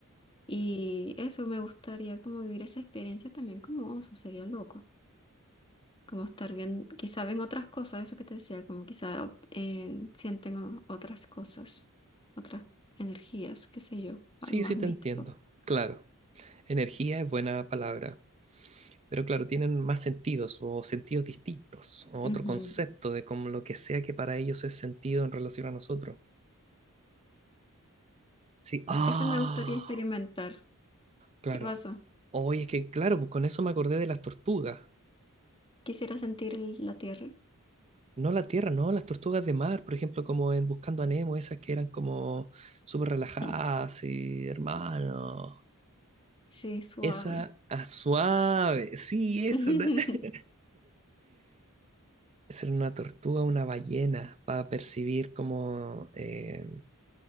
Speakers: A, on the left; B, on the right.
A: Y eso me gustaría como vivir esa experiencia también como oso, sería loco. Como estar bien, quizá ven otras cosas, eso que te decía, como quizá op- en- sienten o- otras cosas, otras energías, qué sé yo, algo
B: Sí,
A: más
B: sí,
A: místico.
B: te entiendo, claro. Energía es buena palabra. Pero claro, tienen más sentidos o sentidos distintos o otro
A: Ujú.
B: concepto de como lo que sea que para ellos es sentido en relación a nosotros. Sí, ah,
A: Eso me gustaría experimentar.
B: claro.
A: ¿Qué pasa?
B: Oye, es que claro, pues con eso me acordé de las tortugas.
A: Quisiera sentir el- la tierra.
B: No la tierra, no, las tortugas de mar, por ejemplo, como en Buscando a Nemo, esas que eran como súper relajadas
A: <laughs>
B: y hermano.
A: Sí, suave.
B: Esa ah, suave, sí,
A: <laughs>
B: eso. na- <laughs> Esa era una tortuga, una ballena, para percibir como eh,